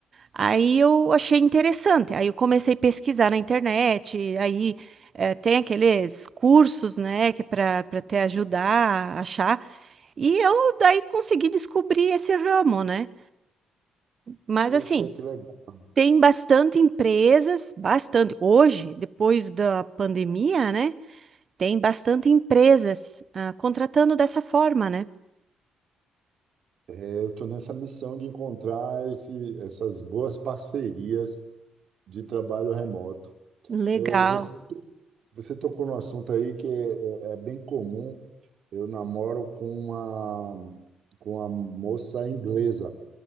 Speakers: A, on the right; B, on the right.
A: Aí eu achei interessante. Aí eu comecei a pesquisar na internet. Aí eh, tem aqueles cursos, né, que para para te ajudar a achar. E eu daí consegui descobrir esse ramo, né? Mas
B: Poxa,
A: assim,
B: que legal!
A: tem bastante empresas, bastante. Hoje, depois da pandemia, né, tem bastante empresas ah, contratando dessa forma, né?
B: É, eu estou nessa missão de encontrar esse, essas boas parcerias de trabalho remoto.
A: Legal.
B: É, você Você tocou num assunto aí que é, é- é bem comum. Eu namoro com uma, com uma moça inglesa